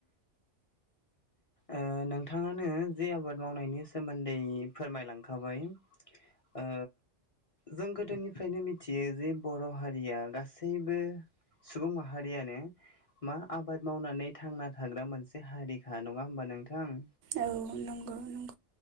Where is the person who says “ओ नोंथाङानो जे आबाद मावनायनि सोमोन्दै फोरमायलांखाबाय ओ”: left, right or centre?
Left